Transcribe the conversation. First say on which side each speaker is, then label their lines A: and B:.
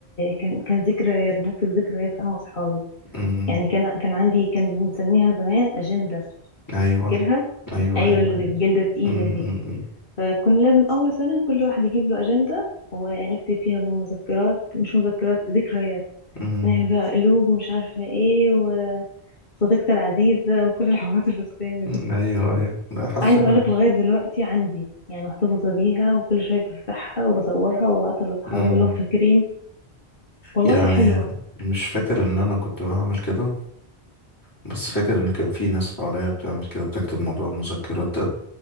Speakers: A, on the left (about 55°); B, on the left (about 20°).
A: كان كان ذكريات بنكتب ذكريات انا واصحابي
B: أمم،
A: يعني كان كان عندي كان بنسميها زمان اجنده
B: أيوة
A: فاكرها
B: أيوة
A: ايوه
B: أيوة
A: اللي
B: أيوة
A: بجلده تقيله
B: أمم،
A: دي
B: أمم،
A: فكنا لازم أول سنة كل واحد يجيب له أجندة ونكتب فيها بقى مذكرات مش مذكرات ذكريات
B: أمم،
A: نعمل بقى قلوب ومش عارفة ايه وصديقتي العزيزة وكل الحوارات الفكسانة
B: أمم،
A: دي
B: أيوة أيوة لا حاسس
A: عايزة
B: إنك
A: أقولك لغاية دلوقتي عندي يعني محتفظة بيها وكل شوية بفتحها وبصورها وببعتها لأصحابي
B: أمم،
A: وأقول لهم فاكرين والله
B: يعني
A: حلوة
B: مش فاكر إن أنا كنت بعمل كده بس فاكر إن كان في ناس حواليا بتعمل كده بتكتب موضوع المذكرات ده